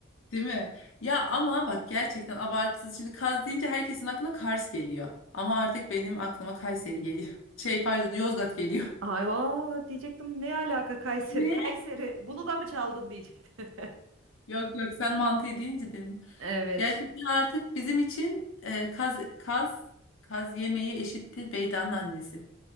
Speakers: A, on the left; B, on the right.
A: Değil mi? Ya ama bak gerçekten abartısız şimdi Kaz deyince herkesin aklına Kars geliyor. Ama artık benim aklıma Kayseri geliyor. <laughs> Şey pardon Yozgat geliyor.
B: Ay vaa diyecektim ne alaka Kayseri?
A: Ne?
B: Kayseri bunu da mı çaldın diyecektim. <laughs>
A: Yok yok sen mantı deyince demin.
B: Evet
A: Gerçekten artık bizim için e, Kaz, Kaz, Kaz yemeği eşittir Beydan'ın annesi.